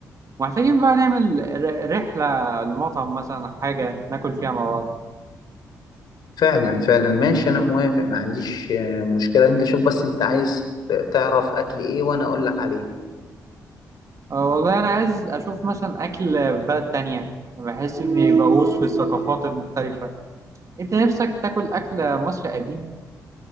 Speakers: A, on the right (about 50°); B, on the left (about 70°).
A: محتاجين بقى نعمل ر- رحلة لمطعم مثلا أو حاجة ناكل فيها مع بعض
B: فعلا فعلا ماشي أنا موافق ما عنديش آه، مشكلة أنت شوف بس أنت عايز ت- تعرف أكل إيه وأنا أقول لك عليه
A: أه والله أنا عايز أشوف مثلا أكل في بلد تانية بحس إني بغوص في الثقافات المختلفة أنت نفسك تاكل أكل مصري قديم؟